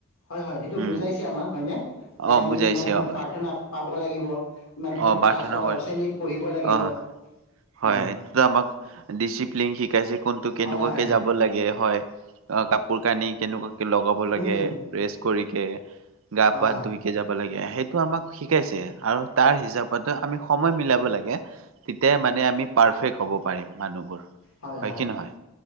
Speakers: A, on the left; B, on the right.
A: হয়, হয় সেইটো
B: উম
A: বুজাইছে আমাক হয়নে? যে
B: অ
A: আমি
B: বুজাইছে
A: ইমান সময়ত
B: অ
A: প্ৰাৰ্থনা পাব লাগিব ইমান সময়ত
B: অ প্ৰাৰ্থনা
A: ক্লাছৰ
B: কৰে
A: শ্ৰেণীত বহিব। লাগিব
B: অ হয়,
A: উম,
B: আমাক ডিচিপ্লিন শিকাইছে কোনটো কেনেকুৱ
A: হয়, হয়,
B: যাব লাগে হয়। অ', কাপোৰ কানি কেনেকুৱাকে লগাব লাগে
A: উম, উম।
B: প্ৰেচ কৰিকে গা
A: হয়
B: পা
A: হয়
B: ধুইকে যাব লাগে, সেইটো আমাক শিকাইছে আৰু তাৰ হিচাপতো আমি সময় মিলাব লাগে, তেতিয়া মে আমি পাৰফেক্ট হ'ব পাৰিম মানুহবোৰ।
A: হয়ো হয়
B: কি নহয়